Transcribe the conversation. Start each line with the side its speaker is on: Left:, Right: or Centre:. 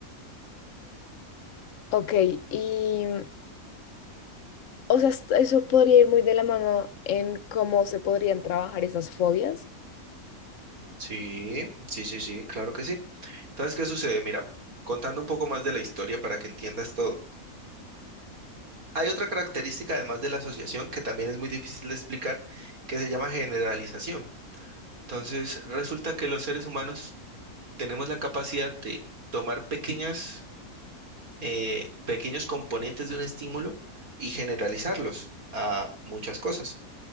Left: Ok, y o sea, est- eso podría ir muy de la mano en cómo se podrían trabajar esas fobias.
Right: Sí, sí, sí, sí, claro que sí. Entonces, ¿qué sucede? Mira, contando un poco más de la historia para que entiendas todo. Hay otra característica, además de la asociación, que también es muy difícil de explicar, que se llama generalización. Entonces, resulta que los seres humanos tenemos la capacidad de tomar pequeñas eh, pequeños componentes de un estímulo y generalizarlos a muchas cosas.